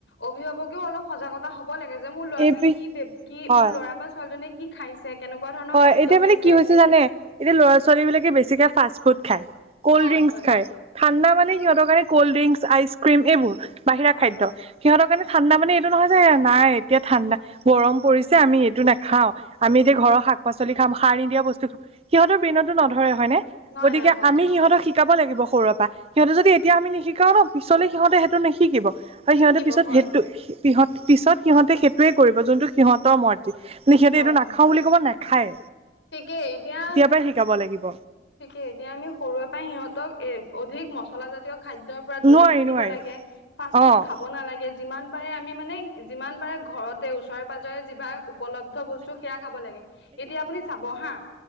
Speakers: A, on the left (about 75°); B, on the right (about 35°).
A: অভিভাৱকেও অলপ সজাগতা হ'ব লাগে যে মোৰ ল'ৰাটোৱে
B: এই বি
A: কি কি
B: হয়
A: মোৰ ল'ৰা বা ছোৱালীজনীয়ে কি খাইছে, কেনেকুৱা ধৰণৰ
B: হয়
A: খাদ্য
B: এতিয়া
A: খাইছে
B: মানে কি হৈছে জানে এতিয়া ল'ৰা ছোৱালী বিলাকে বেছিকে ফাষ্ট ফুড খায়। কল্ড
A: হয়
B: ড্ৰিংকস
A: হয়
B: খায়। ঠাণ্ডা মানে সিহতৰ কাৰণে কল্ড ড্ৰিংকচ আইচ ক্ৰীম এইবোৰ বাহিৰা
A: হয়
B: খাদ্য।
A: হয়
B: সিহঁতৰ কাৰণে ঠাণ্ডা মানে এইটো নহয় যে নাই এতিয়া ঠাণ্ডা গৰম পৰিছে আমি এইটো নাখাও, আমি এতিয়া ঘৰ শাক শাক পাচলি খাম সাৰ নিদিয়া বস্তু খাম সিহতৰ ব্ৰেইনতো নধৰে হয় নে
A: নাই
B: গতিকে
A: নাই হয়
B: আমি
A: দিয়ক
B: সিহঁত শ শিকাব লাগিব সৰুৰে পৰা সিহঁতে যদি এতিয়া আমি নিশিকাও ন পিছলে সিহঁতে সেইটো নিশিকিব। আৰু
A: নিশিকিব
B: সিহঁতে পিছত
A: হয়
B: সেইটো সিহত পিছত সিহঁতে সেইটোৱে কৰিব যোনটো সিহঁতৰ মৰজি, সিহঁতে
A: হয়
B: এইটো নাখাওঁ
A: হয়
B: বুলি ক'ব নাখায়ে।
A: ঠিকেই এতিয়া,
B: তই শিকাব লাগিব।
A: ঠিকে এতিয়া আমি সৰুৰে পৰাই সিহঁতক এ অধিক মছলাজাতীয় খাদ্য। দূৰত
B: নোৱাৰি
A: থাকিব
B: নোৱাৰি
A: নালাগে ফাষ্ট
B: অ',
A: ফুড খাব নালাগে। যিমান পাৰে আমি মানে যিমান পাৰে ঘৰতে ওচৰে পাজৰে যিবাক উপলব্ধ বস্তু চ সেয়া খাব লাগে এতিয়া আপুনি চাব হা।